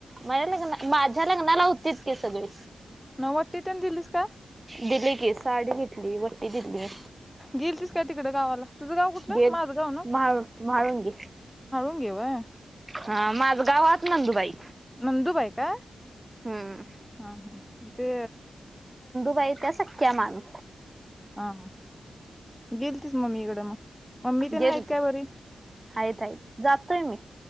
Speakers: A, on the right; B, in the centre.
A: माझ्या लग्ना माझ्या लग्नाला, हुतीच की सगळी.
B: न वट्टी तेन दिलीस का?
A: दिली की साडी दिली. वट्टी दिली हाय.
B: गेलतीस का तिकडं गावाला? तुझं गाव कुठलं
A: गे
B: माझं गाव
A: महाळुत, महाळुंगे.
B: गे होय.
A: हा माजगावात नंदुबाई.
B: नंदूबाई का?
A: हम्म
B: हा हा ते
A: व्हय त्या सख्या मानू.
B: हा हा, गेलतीस मम्मीकडं मग? मम्मी तेन
A: घेत
B: आहेत
A: तू
B: काय बरी
A: हायत हाई जाततोय मी